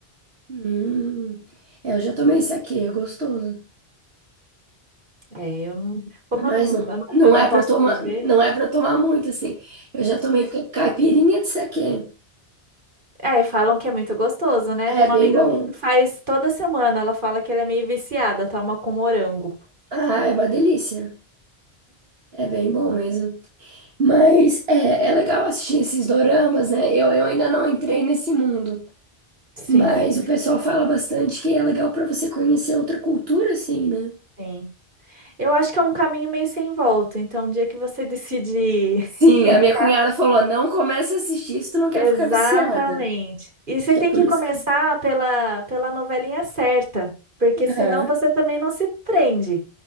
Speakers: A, on the right; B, on the right.
A: Hum, é, eu já tomei saquê, é gostoso.
B: É, eu não. Como
A: Mas
B: eu não,
A: não,
B: eu não,
A: não
B: eu não
A: é
B: posso
A: pra tomar,
B: beber.
A: não é para tomar muito, assim. Eu já tomei ca- caipirinha de saquê.
B: É, falam que é muito gostoso, né?
A: É
B: Tem uma
A: bem
B: amiga
A: bom.
B: minha que faz toda semana, ela fala que ela é meio viciada, toma com morango.
A: Ah, é uma delícia. É bem bom mesmo. Mas é, é legal assistir esses doramas, né? Eu, eu ainda não entrei nesse mundo.
B: Sim,
A: Mas o pessoal fala bastante que é legal pra você conhecer outra cultura, assim, né?
B: sim. Eu acho que é um caminho meio sem volta. Então, o dia que você decidir
A: Sim,
B: <laughs>
A: a minha cunhada falou: não começa a assistir se tu não quer
B: Exatamente.
A: ficar viciada.
B: E você
A: Acho que
B: tem
A: é por
B: que
A: isso
B: começar
A: que.
B: pela, pela novelinha certa, porque senão
A: Aham.
B: você também não se prende.